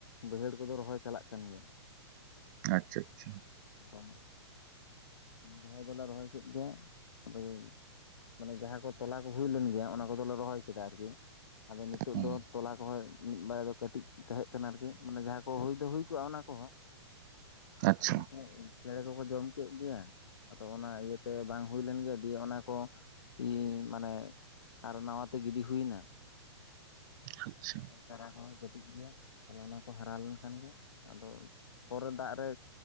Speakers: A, on the left; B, on the right.
A: ᱵᱟᱹᱭᱦᱟᱹᱲ ᱠᱚᱫᱚ ᱨᱚᱦᱚᱭ ᱪᱟᱞᱟᱜ ᱠᱟᱱ ᱜᱮᱭᱟ
B: ᱟᱪᱪᱷᱟ ᱟᱪᱪᱷᱟ
A: ᱟᱫᱚ ᱨᱚᱦᱚᱭ ᱫᱚᱞᱮ ᱨᱚᱦᱚᱭ ᱠᱮᱫ ᱜᱮᱭᱟ ᱟᱫᱚ ᱢᱟᱱᱮ ᱡᱟᱦᱟᱸ ᱠᱚ ᱛᱚᱞᱟ ᱠᱚ ᱦᱩᱭ ᱞᱮᱱ ᱜᱮᱭᱟ ᱚᱱᱟ ᱠᱚᱫᱚᱞᱮ ᱨᱚᱦᱚᱭ ᱠᱮᱫᱟ ᱟᱨᱠᱤ ᱟᱫᱚ ᱱᱤᱛᱳᱜ
B: ᱦᱩᱸ
A: ᱫᱚ ᱛᱚᱞᱟ ᱠᱚᱦᱚᱸ ᱢᱤᱫ ᱵᱟᱨ ᱫᱚ ᱠᱟᱹᱴᱤᱡ ᱛᱟᱦᱮᱸ ᱠᱟᱱᱟ ᱟᱨᱠᱤ ᱢᱟᱱᱮ ᱡᱟᱦᱟᱸ ᱠᱚ ᱦᱩᱭ ᱫᱚ ᱦᱩᱭ ᱠᱚᱜᱼᱟ ᱚᱱᱟ ᱠᱚᱦᱚᱸ
B: ᱟᱪᱪᱷᱟ
A: ᱟᱫᱚ ᱩᱱ ᱥᱚᱢᱚᱭ ᱪᱮᱬᱮ ᱠᱚᱠᱚ ᱡᱚᱢ ᱠᱮᱫ ᱜᱮ ᱟᱫᱚ ᱚᱱᱟ ᱤᱭᱟᱹᱛᱮ ᱵᱟᱝ ᱦᱩᱭ ᱞᱮᱱ ᱜᱮᱭᱟ ᱫᱤᱭᱮ ᱚᱱᱟ ᱠᱚ ᱤ ᱢᱟᱱᱮ ᱟᱨᱦᱚ ᱱᱟᱣᱟᱛᱮ ᱜᱤᱰᱤ ᱦᱩᱭᱮᱱᱟ
B: ᱟᱪᱪᱷᱟ
A: ᱟᱫᱚ, ᱳᱭ ᱪᱟᱨᱟ ᱠᱚᱦᱚᱸ ᱠᱟᱹᱴᱤᱡ ᱜᱮᱭᱟ ᱛᱟᱦᱚᱞᱮ ᱚᱱᱟ ᱠᱚ ᱦᱟᱨᱟ ᱞᱮᱱᱠᱷᱟᱱ ᱜᱮ ᱟᱫᱚ ᱯᱚᱨᱮᱨ ᱫᱟᱜ ᱨᱮ